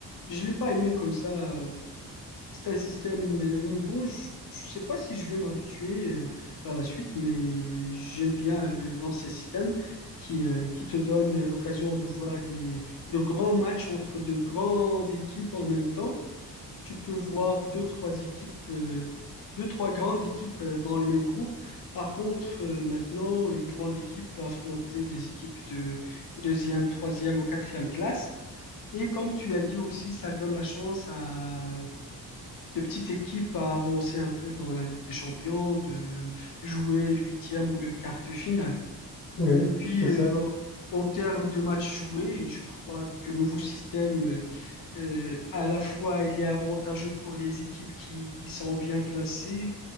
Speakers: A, on the left; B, on the left.
A: je l'ai pas aimé comme ça. C'est un système euh, nouveau. Je ne sais pas si je vais m'habituer euh, par la suite, mais j'aime bien le- l'ancien système qui, euh, qui te donne l'occasion de voir des, de grands matchs entre de grandes équipes en même temps. Tu peux voir deux, trois équipes, euh, deux, trois grandes équipes euh, dans le même groupe. Par contre, euh, maintenant, une grande équipe peut affronter des équipes de deuxième, troisième ou quatrième classe. Et comme tu as dit aussi, ça donne la chance à de petites équipes à avancer un peu dans la Ligue des Champions, de jouer l'huitième ou le quart de finale.
B: Oui,
A: Et puis,
B: c'est
A: euh,
B: ça.
A: en termes de matchs joués, je crois que le nouveau système, euh, euh, à la fois, il est avantageux pour les équipes qui, qui sont bien classées,